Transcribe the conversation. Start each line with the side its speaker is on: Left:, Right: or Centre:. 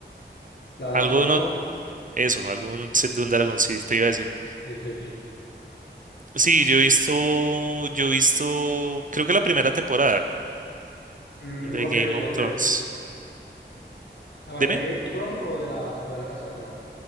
Left: la, de la
Right: Alguno,
Left: Casa del Dragón.
Right: eso, alguno de un dragón, sí, te iba a decir.
Left: Sí, sí, sí.
Right: Sí, yo he visto, yo he visto, creo que la primera temporada
Left: Mm,
Right: de
Left: igual
Right: Game
Left: que yo, igual
Right: of Thrones.
Left: que yo. Ah, vale,
Right: ¿Dime?
Left: ¿de Game of Thrones o de la, o de la Casa del Dragón?